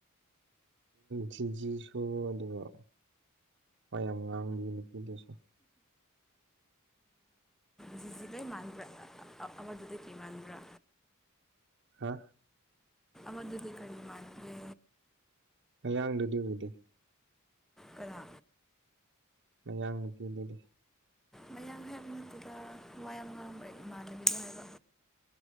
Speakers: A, on the right; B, in the centre.
A: ꯖꯤꯖꯤꯁꯨ ꯑꯗꯨꯒ ꯃ ꯌꯥꯝ ꯉꯥꯡꯕꯤ ꯅꯨꯄꯤꯗꯨꯁꯨ <unintelligible>
B: ꯗꯨ ꯂꯩ ꯃꯥ꯭ꯔ ꯑꯃꯗꯨꯗ ꯀꯈꯤ ꯃꯥꯥꯟꯒ꯭ꯔ
A: ꯍꯥ
B: ꯃꯗꯨꯗꯤ ꯀꯃꯤ ꯃꯇ꯭ꯔꯦ
A: ꯃꯌꯥꯡꯗꯨꯗꯤ ꯎꯗꯦ
B: ꯈꯔꯥ
A: ꯃꯌꯥꯡ ꯅꯨꯄꯤꯗꯨꯗꯤ
B: ꯃꯌꯥꯝ ꯍꯦꯛꯗꯨꯗ ꯃꯌꯥꯝ ꯉ ꯏꯃꯥꯟꯅꯕꯤꯗ ꯍꯥꯏꯕ